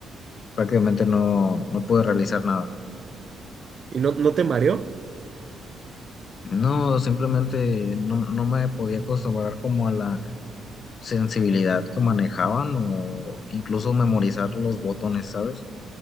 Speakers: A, on the left (about 50°); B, on the right (about 45°).
A: prácticamente no, no pude realizar nada.
B: y no, no te mareó.
A: No, simplemente no, no me podía acostumbrar como a la sensibilidad que manejaban o incluso memorizar los botones, ¿sabes?